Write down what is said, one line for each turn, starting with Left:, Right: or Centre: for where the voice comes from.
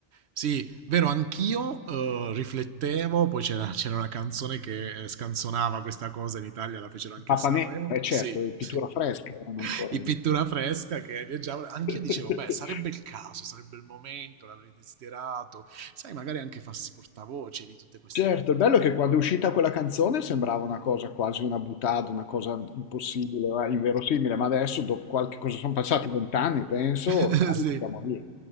Right: Sì, vero, anch'io eh, riflettevo, poi c'era, c'era una canzone che eh, scanzonava questa cosa in Italia, la fecero anche
Left: Papa
Right: a Sanremo.
Left: Nera, eh certo,
Right: Sì,
Left: e pittura
Right: sì.
Left: fresca erano
Right: <laughs>
Left: ancora,
Right: di
Left: no?
Right: pittura fresca che viaggiavo. Anch'io
Left: <laughs>
Right: dicevo, beh, sarebbe il caso, sarebbe il momento, l'avrei desiderato. Sai, magari anche farsi portavoce di tutte queste
Left: Certo,
Right: realtà.
Left: il bello è che quando è uscita quella canzone sembrava una cosa quasi una boutade, una cosa impossibile, eh, inverosimile, ma adesso dopo qualche cosa sono passati vent'anni, penso,
Right: <laughs>
Left: ormai
Right: Sì,
Left: siamo lì.